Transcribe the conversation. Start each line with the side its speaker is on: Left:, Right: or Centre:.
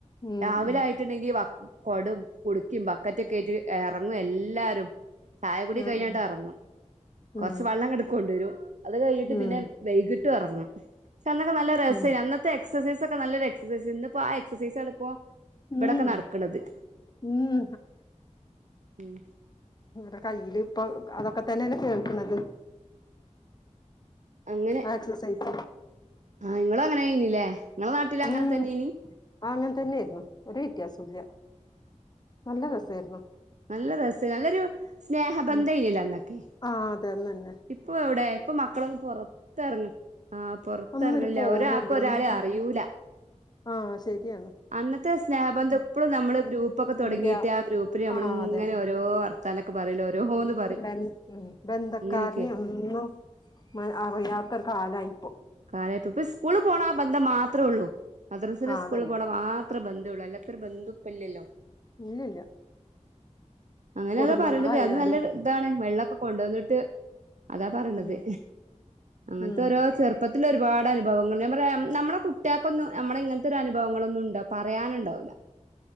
Left: ഉം,
Right: രാവിലെ
Left: ഉം.
Right: ആയി ട്ടുണ്ടെങ്കി ബ കൊടോം കുടുക്കേം ബക്കറ്റൊക്കെ ആയ്ട്ട് ഇറങ്ങും എല്ലാരും ചായ കുടി
Left: ആ,
Right: കഴിഞ്ഞിട്ട്
Left: ആ.
Right: ഇറങ്ങും കൊറച്ച്
Left: ഉം,
Right: വെള്ളം ഇങ്ങട് കൊണ്ടരും അത് കഴിഞ്ഞിട്ട്
Left: ഉം,
Right: പിന്നെ വൈകിട്ടും എറങ്ങും പക്ഷെ അന്നൊക്കെ നല്ല രസ
Left: ഉം.
Right: അന്നത്തെ എക്സർസൈസൊക്കെ നല്ലൊരു എക്സർസൈസ് ഇന്ന് ഇപ്പൊ ആ എക്സർസൈസാണ് ഇപ്പോ ഇവിടൊക്കെ
Left: ഉം,
Right: നടക്കണത്
Left: ഉം,
Right: മം
Left: നിങ്ങടെ കയ്യില് ഇപ്പൊ അതൊക്കെ തന്നെയല്ലെ കേൾക്കണത്
Right: അങ്ങനെ
Left: ആ എക്സർസൈസ്
Right: ആഹ് നിങ്ങൾ അങ്ങനെ ആയ്നല്ലേ നിങ്ങളെ നാട്ടിൽ അങ്ങനെ
Left: ഉം
Right: തന്നെ ഇനി
Left: ആ അങ്ങനെ തന്നെയായിരുന്നു ഒരു വെത്യാസംല്ല നല്ല രസായിരുന്നു
Right: നല്ല രസം നല്ലൊരു സ്നേഹബന്ധം
Left: ഉം.
Right: ഇനല്ലൊ അന്നൊക്കെ
Left: ആ അതെന്ന ന്നെ
Right: ഇപ്പൊ എവിടെ ഇപ്പൊ മക്കളൊങ് പൊറത്ത് ഇറങ്ങ ആഹ് പുറത്ത്റങ്ങില്ല
Left: ഒന്നൊരു ഫോണും
Right: ഒരാൾക്ക്‌
Left: ഇല്ല
Right: ഒരാളെ
Left: എന്നൊക്കെ
Right: അറിയൂല
Left: ആഹ് ശരിയെന്ന
Right: അന്നത്തെ സ്നേഹബന്ധം ഇപ്പളും നമ്മള് ഗ്രൂപ്പൊക്കെ തുടങ്ങിയിട്ട്
Left: ഇല്ല
Right: ആ ഗ്രൂപ്പില് നമ്മള്
Left: ആഹ് അതന്നെ
Right: ഇങ്ങനെ ഓരോ വർ തനക്ക് പറൂല്ലോ ഓരോന്ന് പറയും
Left: ഉ ബന്ധക്കാരനെ
Right: അങ്ങനെയൊക്കെ
Left: ഒന്നും അറിയാത്ത ഒരു കാലമായിപ്പോ
Right: കാലപ്പ ഇപ്പ സ്കൂള് പോകണ ആ ബന്ധം മാത്രമേ ഉള്ളൂ മദ്രസെല്
Left: ആഹ്
Right: സ്കൂളിൽ
Left: അതന്നെ
Right: പോണ മാത്രേ ബന്ധുവള്ളു അല്ലാത്തരു ബന്ധു ഇപ്പല്ലല്ലോ
Left: ഇല്ലില്ല
Right: അങ്ങനെ
Left: കുടുംബങ്ങളായാലും
Right: അതാ പറയേണ്ടത് അന്ന് നല്ലൊരു എന്താണ് വെള്ളമൊക്കെ കൊണ്ടുവന്നിട്ട് അതാ പറയണത്
Left: ഉം
Right: അങ്ങനത്തെ
Left: ഉം
Right: ഓരോ ചെറ് പ്പത്തില ഒരുപാട് അനുഭവങ്ങൾ ഞാൻ പറയാ നമ്മളെ കുട്ടികൾക്കൊന്നും നമ്മളെ ഇങ്ങനത്തൊരു അനുഭവങ്ങളൊന്നും ഉണ്ടോ പറയാനുണ്ടാവില്ല <inaudible>